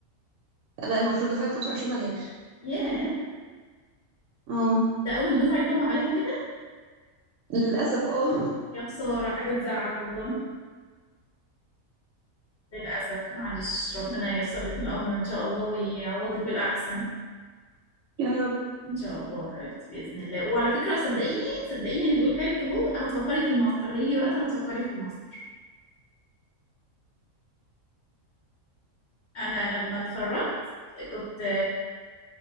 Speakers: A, on the right; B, on the left.
A: لا المفروض دفعه ال 25 ملهاش
B: ياه
A: اه
B: ده اول دفعه يطبق عليها كده
A: للاسف اه
B: يا خساره حاجه تزعل والله للاسف معلش ربنا ييسر لك الامر ان شاء الله ويعوضك بالاحسن
A: <laughs> يا رب
B: ان شاء الله حبيبتي باذن الله وعلى فكره صدقيني صدقيني انا بقولها لك اهو هتفكري في الماستر هيجي وقتها هتفكري في الماستر انا لما اتخرجت كنت